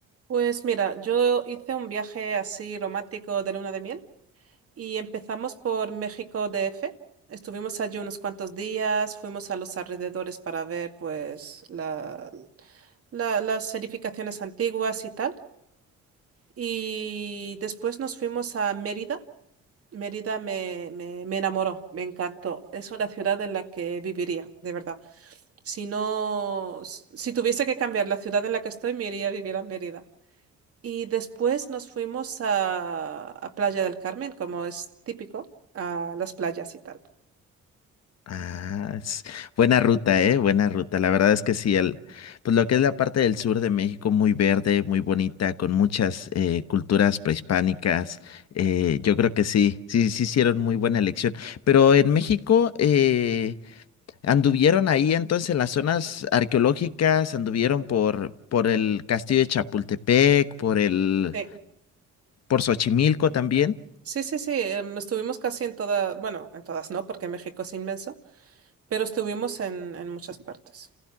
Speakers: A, on the right (about 50°); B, on the left (about 60°).
A: Pues mira, yo hice un viaje así romántico de luna de miel. Y empezamos por México D F Estuvimos allí unos cuantos días, fuimos a los alrededores para ver pues la- la- las edificaciones antiguas y tal. Y después nos fuimos a Mérida. Mérida me, me, me enamoró, me encantó. Es una ciudad en la que viviría, de verdad. Si no, si tuviese que cambiar la ciudad en la que estoy, me iría a vivir a Mérida. Y después nos fuimos a, a Playa del Carmen, como es típico, a las playas y tal.
B: Ah, es buena ruta, eh, buena ruta. La verdad es que sí, el, pues lo que es la parte del sur de México, muy verde, muy bonita, con muchas eh, culturas prehispánicas. eh, yo creo que sí, sí, sí hicieron muy buena elección. Pero en México, eh, anduvieron ahí entonces en las zonas arqueológicas, anduvieron por, por el castillo de Chapultepec, por el,
A: Sí,
B: por Xochimilco también.
A: sí, sí, sí, em, estuvimos casi en todas, bueno, en todas no, porque México es inmenso, pero estuvimos en, en muchas partes.